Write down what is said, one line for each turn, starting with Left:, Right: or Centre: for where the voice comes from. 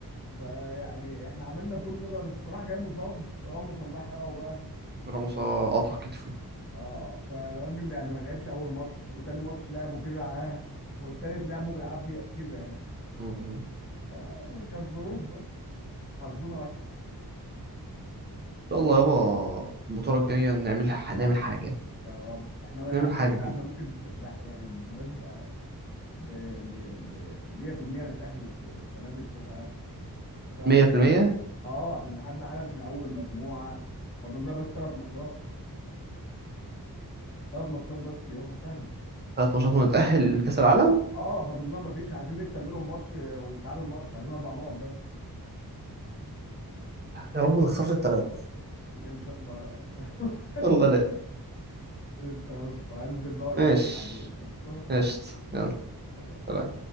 Left: فيعني احنا عملنا كل ده بس صلاح جاي مصاب راموس الله يحرقه بقى
Right: راموس آه، قطع كتفه
Left: اه فالراجل يعني ما لعبش اول ماتش وتاني ماتش لعبه كده اه والتالت لعبه بالعافيه كده
Right: مم. ان
Left: يعني كالظروف بقى. حظنا وحش
Right: شاء الله يابا البطوله الجايه نعمل نعمل حاجه
Left: يا رب احنا على
Right: نعمل حاجه
Left: فكره
Right: كده
Left: احنا ممكن ك- بح- يعني بالمناسبه ب ب ب 100% نتاهل الس- السنه دي لكاس العالم كاس العالم
Right: 100%
Left: الجاي. اه احنا لحد حالا احنا اول مجموعه فاضلنا بس ثلاث ماتشات ثلاث ماتشات بس يابا سهله
Right: ثلاث ماتشات ونتأهل لكأس العالم
Left: اه فاضلنا ما فيش عايزين نكسب منهم ماتش آه، ونتعادل ماتش عايزين اربع نقط بس
Right: يا رب ما تخسرش التلاته
Left: ان شاء الله بقى ان شاء الله
Right: الله لا
Left: <laughs> قشطة يا اسطى. هنزل بقى واشوفك
Right: ماشي
Left: بعدين قشطه
Right: قشطة يلا
Left: يلا، سلام.
Right: سلام.